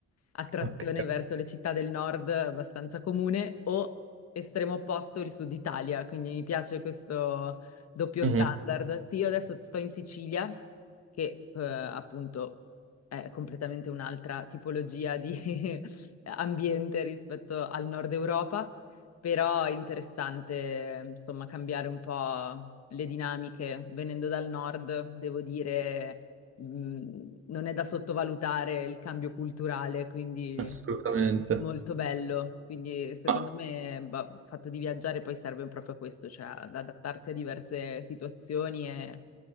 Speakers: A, on the left; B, on the right.
A: attrazione
B: Ok,
A: verso le città del nord abbastanza comune, o estremo opposto il sud Italia, quindi mi piace questo doppio
B: Mhm,
A: standard. Sì, io adesso sto in Sicilia, che eh, appunto è completamente un'altra tipologia di <laughs> ambiente rispetto al nord Europa, però è interessante, insomma, cambiare un po' le dinamiche. Venendo dal nord, devo dire mh, non è da sottovalutare il cambio culturale, quindi
B: assolutamente.
A: molto bello. Quindi secondo
B: Ma
A: me, bah, il fatto di viaggiare poi serve proprio a questo, cioè ad adattarsi a diverse situazioni e